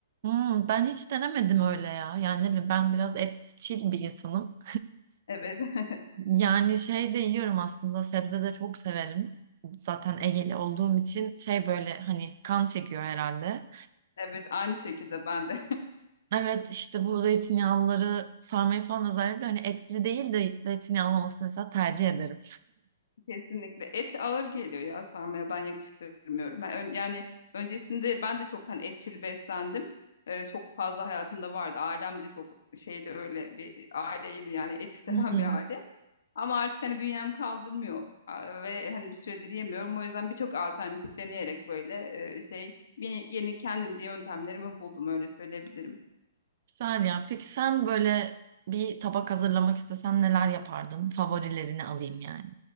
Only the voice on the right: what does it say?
Hmm, ben hiç denemedim öyle ya. Yani ne bileyim ben biraz etçil bir insanım.
Yani şey de yiyorum aslında sebze de çok severim. Zaten Egeli olduğum için şey böyle hani kan çekiyor herhalde.
Evet işte bu zeytinyağlıları sarmayı falan özellikle hani etli değil de zeytinyağlı olmasını mesela tercih ederim.
Hı hı.
Güzel ya. Peki sen böyle bir tabak hazırlamak istesen neler yapardın? Favorilerini alayım yani.